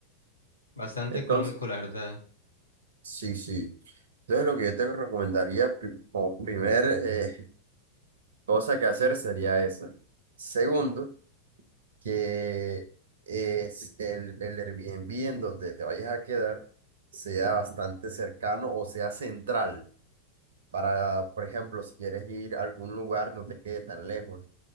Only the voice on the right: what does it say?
Entonces,
sí, sí. Entonces, lo que yo te recomendaría pri- como primer eh, cosa que hacer sería esa. Segundo, que es el, el Airbnb en donde te vayas a quedar sea bastante cercano o sea central. Para, por ejemplo, si quieres ir a algún lugar, no te quede tan lejos